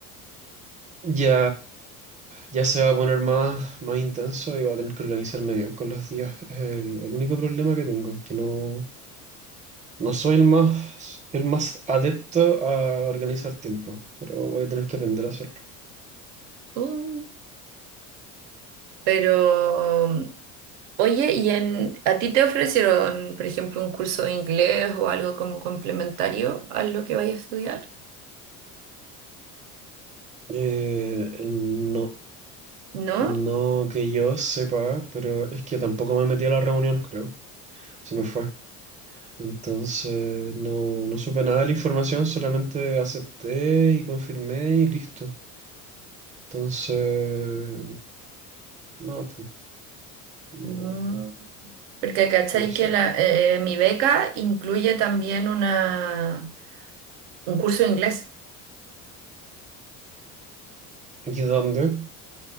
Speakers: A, on the right; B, on the right.
A: Ya, ya se va a poner más, más intenso y va a tener que organizarme bien con los días. Es el, el único problema que tengo, que no, no soy el más, el más adepto a organizar tiempo, pero voy a tener que aprender a hacerlo.
B: Uh, pero, oye, ¿y en, a ti te ofrecieron, por ejemplo, un curso de inglés o algo como complementario a lo que vayas a estudiar?
A: Eh, no,
B: ¿No?
A: no que yo sepa, pero es que tampoco me metí a la reunión, creo. Se me fue. Entonces no, no supe nada de la información, solamente acepté y confirmé y listo. Entonces, no. No,
B: Mm. Porque cachai
A: no lo sé.
B: que la, eh, mi beca incluye también una, un curso de inglés.
A: ¿Y dónde?